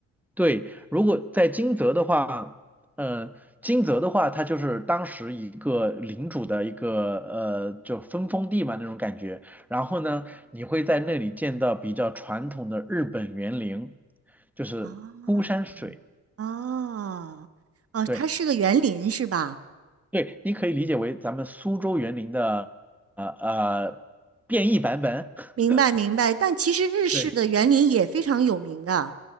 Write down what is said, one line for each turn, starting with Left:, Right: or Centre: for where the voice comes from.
Centre: 对，如果在金泽的话，呃，金泽的话，它就是当时一个领主的一个呃，就分封地嘛那种感觉。然后呢，你会在那里见到比较传统的日本园林，就是枯山水。
Right: 哦哦哦，
Centre: 对
Right: 它是个园林是吧？
Centre: 对，你可以理解为咱们苏州园林的呃呃变异版本。<laughs>
Right: 明白明白，但其实日式的园林也非常有名的，
Centre: 对。